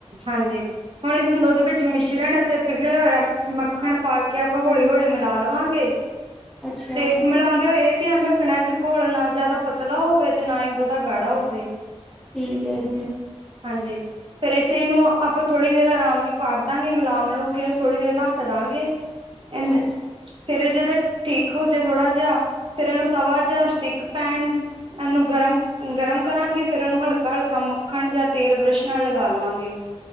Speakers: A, on the right; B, in the centre.
A: ਹਾਂਜੀ। ਹੁਣ ਇਸਨੂੰ ਦੁੱਧ ਵਿੱਚ ਮਿਸ਼ਰਣ ਅਤੇ ਪਿਘਲਿਆ ਹੋਏਆ ਮੱਖਣ ਪਾ ਕੇ ਆਪਾਂ ਹੌਲੀ-ਹੌਲੀ ਮਿਲਾ ਲਵਾਂਗੇ।
B: ਅੱਛਾ
A: ਤੇ ਮਿਲਾ ਏ ਧਿਆਨ ਰੱਖਣਾ ਵੀ ਘੋਲ ਨਾ ਜਾਦਾ ਪਤਲਾ ਹੋਵੇ ਤੇ ਨਾ ਈ ਬੋਤਾ ਗਾੜਾ ਹੋਵੇ।
B: ਠੀਕ ਏ ਜੀ।
A: ਹਾਂਜੀ। ਫੇਰ ਈਸੇ ਨੂੰ ਆਪਾਂ ਥੋੜੀ ਦੇਰ ਆਰਾਮ ਨਾਲ ਕਰਦਾਂਗੇ ਮਿਲਾ ਮਲੂ ਕੇ ਏਨੂੰ ਥੋੜ੍ਹੀ ਦੇਰ ਰੱਖਦਾਂਗੇ। ਏਨ
B: ਅੱਛਾ
A: ਫੇਰ ਜਦੇ ਠੀਕ ਹੋਜੇ ਥੋੜਾ ਜਿਆ ਫੇਰ ਏਨੂੰ ਤਵਾ ਜਾ ਸਟਿਕ ਪੈਨ ਏਨੂੰ ਗਰਮ ਗਰਮ ਕਰਾਂਗੇ ਫੇਰ ਏਨੂੰ ਹਲਕਾ-ਹਲਕਾ ਮੱਖਣ ਜਾਂ ਤੇਲ ਬਰੱਸ਼ ਨਾਲ ਲਗਾ ਲਵਾਂਗੇ।